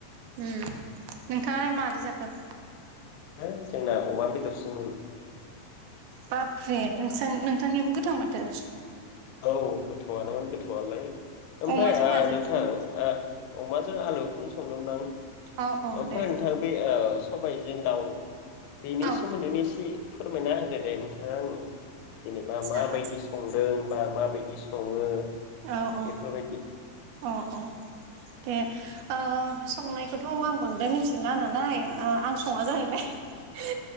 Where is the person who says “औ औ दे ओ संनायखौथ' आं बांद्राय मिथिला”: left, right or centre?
Right